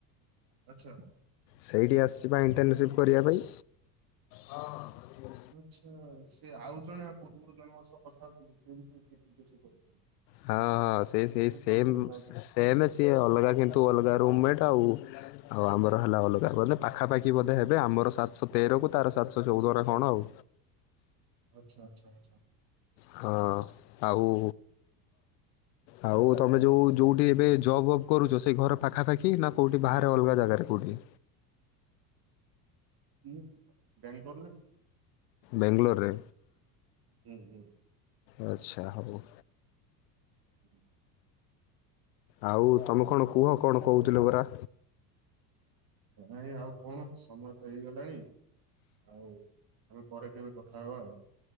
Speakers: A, on the right; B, on the left.
A: ଆଚ୍ଛା।
B: ସେଇଠି ଆସିିଛି ପା ଇଣ୍ଟେର୍ନସିପ୍ କରିବା ପାଇଁ। ହଁ ହଁ
A: ଆଛା ସେ ଆଉ ଜଣେ ଯା ପୂର୍ବରୁ ଜଣଙ୍କ ସହ କଥା ହଉଥିଲି ସିଏ ବି ସେଇ ସି ଟି ଟି ସି କରୁଥିଲେ।
B: ହଁ ହଁ ସେ ସେହି ସେମ୍
A: ଜଷ୍ଟ କଥା ହଉଥିଲି
B: ସି ସି ଏଇ ନା ସିଏ ଅଲଗା କିନ୍ତୁ ଅଲଗା ରୁମମେଟ୍ ଆଉ ଆଉ ଆମର ହେଲା ଅଲଗା ବଲେ ପାଖାପାଖି ବୋଧେ ହେବେ ଆମର ସାତଶହତେର କୁ ତାର ସାତଶହ ଚଉଦ ନାଁ କ'ଣ ଆଉ।
A: ଆଚ୍ଛା ଆଚ୍ଛା ଆଚ୍ଛା।
B: ହଁ, ଆଉ
A: <inaudible>
B: ଆଉ ତମେ ଯୋଉ ଯୋଉଠି ଏବେ ଜବ୍ ବବ୍ କରୁଛ ସେଇ ଘର ପାଖାପାଖି ନା କଉଠି ବାହାରେ ଅଲଗା ଜାଗାରେ କଉଠି?
A: ହୁଁ, ବେଙ୍ଗଲୋର ନା।
B: ବେଙ୍ଗଲୋର ରେ?
A: ହୁଁ ହୁଁ।
B: ଆଚ୍ଛା ହଉ।
A: ଉଁ ହୁଁ।
B: ଆଉ ତମେ କ'ଣ କୁହ କ'ଣ କହୁଥିଲ ପରା?
A: ନାହିଁ ଆଉ କ'ଣ ସମୟ ତ ହେଇଗଲାଣି। ଆଉ ଆମେ ପରେ କେବେ କଥା ହବା ଆଉ।